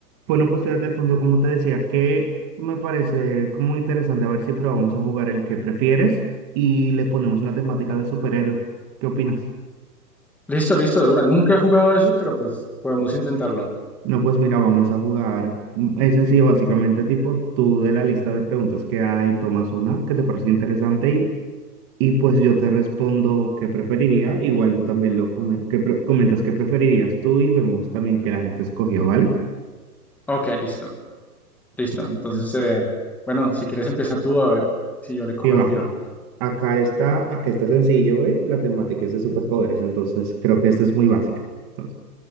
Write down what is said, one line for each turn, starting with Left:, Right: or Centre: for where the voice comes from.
Right: Bueno, pues fíjate al fondo, como te decía, que me parece como interesante a ver si probamos a jugar el que prefieres y le ponemos la temática de superhéroes. ¿Qué opinas?
Centre: Listo, listo, de una. Nunca he jugado eso, pero pues podemos intentarlo.
Right: No, pues mira, vamos a jugar. Mm, Es sencillo, básicamente, tipo, tú de la lista de preguntas que hay, tomas una que te parece interesante y, y pues yo te respondo qué preferiría. Igual tú también lo come- que pre- comentas qué preferirías tú y vemos también que la gente escogió, ¿vale?
Centre: Ok, listo, listo.
Right: Entonces,
Centre: Entonces, eh, bueno, si quieres empieza tú a ver si yo le cojo
Right: sí va.
Centre: el tiro.
Right: Acá está, acá está sencillo, ¿eh? La temática es de superpoderes, entonces creo que esta es muy básica. Entonces,